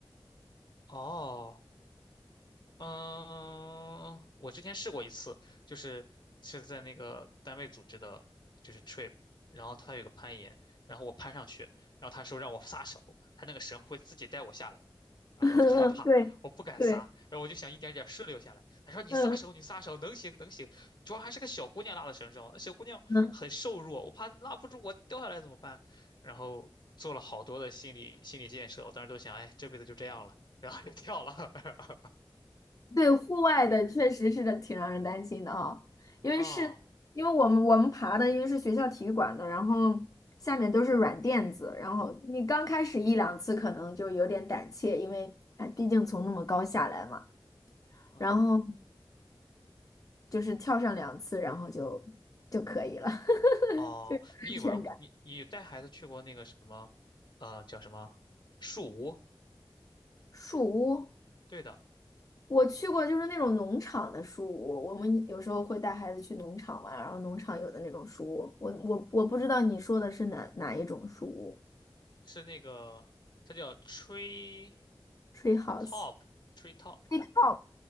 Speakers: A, on the left; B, on the left.
A: 哦。嗯，我之前试过一次，就是是在那个单位组织的，就是 trip，然后他有个攀岩，然后我攀上去，然后他说让我撒手，他那个绳会自己带我下来，然后我就害怕，
B: <laughs> 对对，
A: 我不敢撒，然后我就想一点点顺溜下来。他说你撒手，
B: 嗯
A: 你撒手，能行能行，主要还是个小姑娘拉的绳绳，那小姑娘很瘦弱，
B: <laughs> 嗯。
A: 我怕拉不住，我掉下来怎么办？然后做了好多的心理心理建设，我当时都想，哎，这辈子就这样了，然后就跳了，<laughs>
B: 对，户外的确实是的，挺让人担心的哈、因为是
A: 嗯。
B: 因为我们我们爬的，因为是学校体育馆的，然后下面都是软垫子，然后你刚开始一两次可能就有点胆怯，因为哎，毕竟从那么高下来嘛，
A: 哦
B: 然后就是跳上两次，然后就就可以了，<laughs>
A: 哦，
B: 就有安全感。
A: 你也玩过，你你带孩子去过那个什么，呃，叫什么树屋？
B: 树屋，
A: 对的，
B: 我去过，就是那种农场的书屋，我们有时候会带孩子去农场玩，然后农场有的那种书屋，我我我不知道你说的是哪哪一种书屋
A: 是那个，它叫 tree
B: ，tree house，
A: top tree top
B: 是